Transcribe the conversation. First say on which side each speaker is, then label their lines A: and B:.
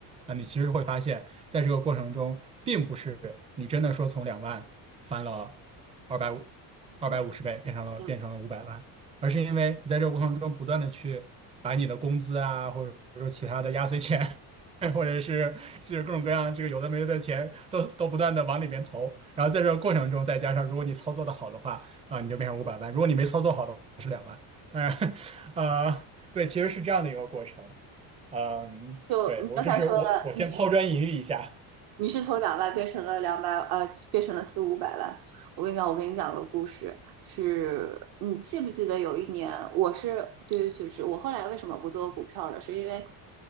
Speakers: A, on the right; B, on the right.
A: 那你其实会发现，在这个过程中，并不是你真的说从两万翻了二百五二百五十倍，变成了变成了五百万，
B: 嗯，
A: 而是因为你在这个过程中不断的去把你的工资啊，或者说其他的压岁钱。<laughs> 或者是就是各种各样这个有的没的的钱都都不断的往里边投，然后在这个过程中再加上，如果你操作的好的话，啊，你就变成五百万。如果你没操作好的话当然，<laughs> 呃，对，其实是这样的一个过程。嗯，
B: 就你刚才说你
A: 对，我这是我我先抛砖引玉一下。
B: 你是从两万变成了两百，呃，变成了四五百万。我跟你讲，我跟你讲个故事，是你记不记得有一年，我是对，就是我后来为什么不做股票了，是因为，